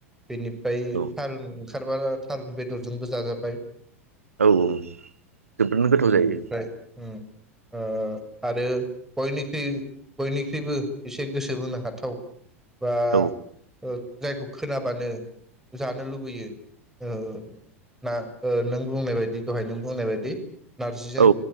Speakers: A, in the centre; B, on the right (about 85°).
A: बेनिफ्राय
B: औ
A: थारुन ओंखारबा थारुन बेदरजोंबो जाजाबाय।
B: औ औ जोबोरनो गोथाव
A: ओमफ्राय
B: जायो।
A: उम ओ आरो बयनिख्रुय बयनिख्रुइबो एसे गोसो बोनो हाथाव बा
B: औ
A: ओ जायखौ खोनाबानो जानो लुबैयो ओ ना नों बुंनाय बायदि दहाय नों बुंनाय बायदि नारजिजों
B: औ